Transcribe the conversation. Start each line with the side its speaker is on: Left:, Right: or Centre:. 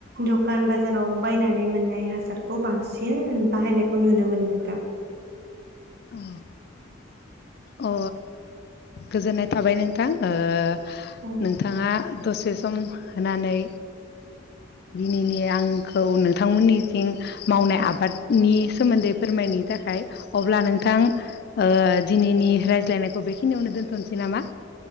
Right: द'खान बाजाराव बायनानै मोननाय हासारखौ बांसिन बाहायनाय खौ नुनो मोनो नोंथां।
Left: अ अ गोजोननाय थाबाय नोंथां ओ
Right: औ
Left: नोंथाङा दसे सम होनानै दिनैनि आंखौ नोंथांमोननिथिं मावनाय आबादनि सोमोन्दै फोरमायनो थाखाय अब्ला नों नोंथां दिनैनि रायज्लायनायखौ बेखिनियावनो दोन्थनोसै नामा?